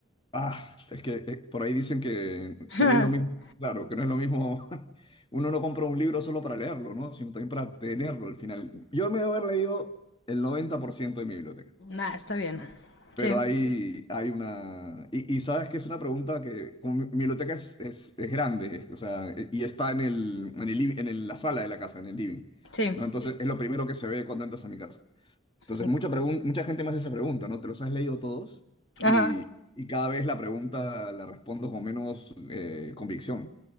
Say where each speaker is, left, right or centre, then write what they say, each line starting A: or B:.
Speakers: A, on the left; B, on the left.
A: Ah, es que eh, por ahí dicen que,
B: <laughs>
A: que no es lo mismo, claro, que no es lo mismo, <laughs> uno no compra un libro solo para leerlo, ¿no? Sino también para tenerlo al final. Yo me debo haber leído el 90% de mi biblioteca,
B: Nah, está bien.
A: ¿no? Pero
B: Sí,
A: ahí hay una... Y, y sabes que es una pregunta que, como mi, mi biblioteca es, es, es grande, es- o sea, e- y está en el, en el, livi- en el- la sala de la casa, en el living,
B: sí.
A: ¿no? Entonces Sí. es lo primero que se ve cuando entras a mi casa. Entonces,
B: ok.
A: mucha, pregun- mucha gente me hace esa pregunta, ¿no? ¿Te los has leído todos?
B: Ajá,
A: Y, y cada vez la pregunta la respondo con menos eh, convicción.